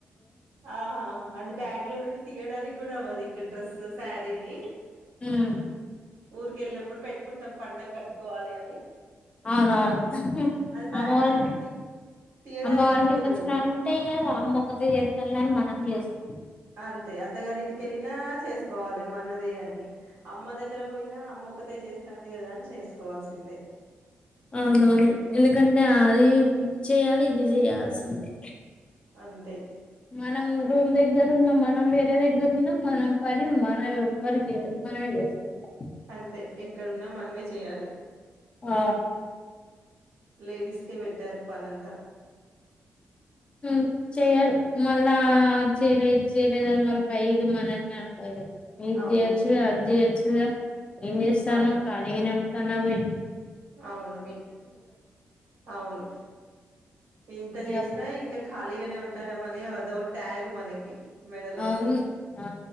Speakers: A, on the right (about 85°); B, on the left (about 25°).
A: ఆహా హా అది బ్యాగ్ లో నుండి తీయడానికి కూడా అవ్వదు ఇంక డ్రస్ సారీ నీ
B: ఉమ్,
A: ఊరిక వెళ్ళినప్పుడు పెట్టుకుంటాం పండక్కి కట్టుకోవాలి అని
B: అవునవును
A: అది బ్యాగ్
B: అమ్మ వాళ్ళంటి
A: లో నుండి తీ తీయడానికి
B: అమ్మ వాళంటికి
A: కూడా కుదరదు
B: వచ్చిన అంటేయి అమ్మ చేస్తన్నారుని మనం చేస్తం
A: అంతే అత్తగారింటికె వెళ్ళినా చేసుకోవాలి మనదే అని అమ్మ దగ్గర పోయినా అమ్మ ఒకతే చేస్తుంది కదా అని చేసుకోవాల్సిందే
B: అవునవును ఎందుకంటే అది చేయాలి ఇది చేయాల్సిందే
A: అంతే
B: మనం రూమ్ దగ్గరు ఉన్న మనం వేరే దగ్గర ఉన్న మనం పని మనం ఎవ్వరు చేయరు మనమే చేసుకోవాలి
A: అంతే ఎక్కడున్న మనమే చేయాలి
B: ఆ
A: లేడీస్కె వెట్టర్ ఫనంత
B: మ్ చేయ్యరు మళ్ళా చేయలే ఇది చేయలేదని మళ్ళీ పైకి మనని అంటారు. ఇజ్
A: అవును
B: చేయొచ్చుగా అద్ చేయొచ్చుగా ఏం చేస్తానవ్
A: అవును
B: ఖాళిగానే ఉ తన వై
A: అవును అవును ఇంత
B: ఇగ
A: చేసినా ఇంకా ఖాళీగానే ఉంటానమని అదో ట్యాగ్ మనకి మెడలో
B: అవును ఆ